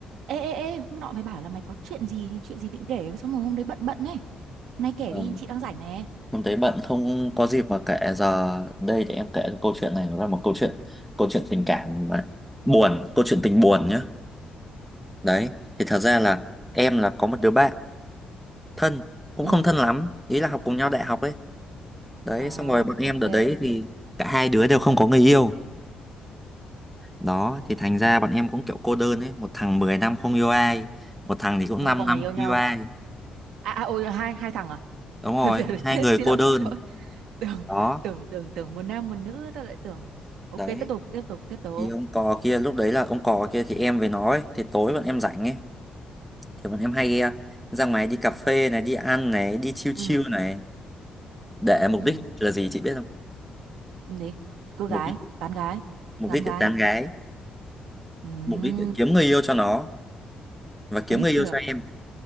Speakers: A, on the right; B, in the centre.
A: Ê, ê, ê, hôm nọ mày bảo là mày có chuyện gì, chuyện gì định kể, xong rồi hôm đấy bận bận ấy. Hôm nay kể
B: Ờ,
A: đi, chị đang rảnh nè.
B: Hôm đấy bạn không có dịp mà kể giờ đây thì em kể câu chuyện này nó là một câu chuyện câu chuyện tình cảm mà buồn câu chuyện tình buồn nhá đấy thì thật ra là em là có một đứa bạn thân cũng
A: Ừ,
B: không thân lắm ý là học cùng nhau đại học ấy đấy
A: à,
B: xong rồi bọn em
A: ok.
B: đợt đấy thì cả hai đứa đều không có người yêu đó thì thành ra bọn em cũng kiểu cô đơn ấy một thằng 10 năm không yêu ai một thằng thì cũng
A: Thế
B: 5
A: là bọn
B: năm
A: mày yêu nhau.
B: không yêu ai
A: À, à ôi, hai, hai thằng à? <laughs>
B: đúng rồi
A: Thôi, giờ
B: hai
A: chết,
B: người
A: xin
B: cô
A: lỗi,
B: đơn
A: xin lỗi. Tưởng,
B: đó
A: tưởng, tưởng, tưởng một nam một nữ, tao lại tưởng. Ok,
B: đấy
A: tiếp tục, tiếp tục, tiếp tục.
B: thì ông cò kia lúc đấy là ông cò kia thì em với nó ấy, thì tối bọn em rảnh ấy thì bọn em hay eh, ra ngoài đi cà phê này đi ăn này đi chill
A: Ừ,
B: chill này để mục
A: ừ,
B: đích là gì chị biết không
A: làm gì? Cưa
B: mục
A: gái,
B: đích
A: tán gái,
B: mục
A: ngắm
B: đích
A: gái.
B: để tán gái
A: Ừ, <laughs>
B: mục đích để kiếm người yêu cho nó và
A: ấy
B: kiếm người
A: trường.
B: yêu cho em